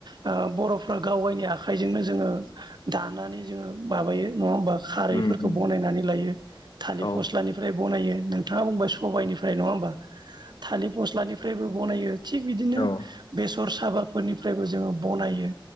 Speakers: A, on the right; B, on the left.
A: ओ बर'फ्रा गावगायनि आखाइजोंनो जोङो दानानै जोङो माबायो नङा ओमबा? खारैफोरखौ
B: उम उम
A: बनायनानै लायो थालिर
B: औ
A: फस्लानिफ्राय बनायो नोंथाङा बुंबाय सबाइनिफ फ्राय नङा ओमबा थालिर फस्लानिफ्रायबो बनायो थिग बिदिनो
B: औ
A: बेस सर साबाफोरनिफ्रायबो जोङो बनायो